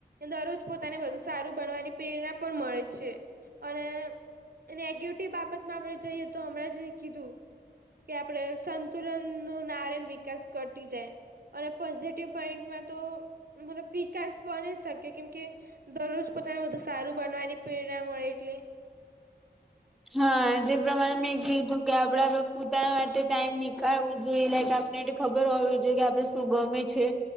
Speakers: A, on the right (about 60°); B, in the centre.
A: દરરોજ પોતાને વધુ સારું બનવાની પ્રેરણા પણ મળે છે અને <unintelligible> બાબત માં આપણે જઈએ તો હમણાં જ મેં કીધું કે, આપડે સંતુલનનો નારણ વિકાસ <unintelligible> જાય અને પોઝિટિવ પોઈન્ટમાં તો પીકાશ બની શકે કેમ કે દરરોજ પોતાનું વધુ સારું બનવાની પ્રેરણા મળે એટલે
B: હા જે પ્રમાણે મેં કીધું કે આપડા પોતાના માટે ટાઈમ નીકળવો જોઈએ <unintelligible> ખબર હોવી જો કે આપડે શું ગમે છે.